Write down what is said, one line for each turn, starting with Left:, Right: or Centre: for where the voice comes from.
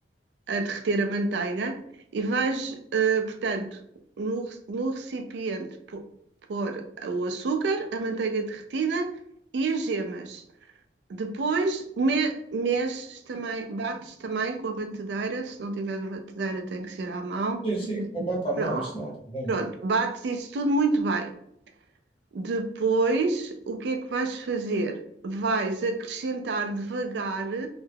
Right: a derreter a manteiga. E vais, eh, portanto, no, re- no recipiente pô- pôr o açúcar, a manteiga derretida e as gemas. Depois me- mexes também, bates também com a batedeira, se não tiver a batedeira tem que ser à mão.
Left: Sim, sim, vou botar a mão,
Right: Pronto,
Left: isso não há problema.
Right: pronto, bates isso tudo muito bem. Depois, o que é que vais fazer? Vais acrescentar devagar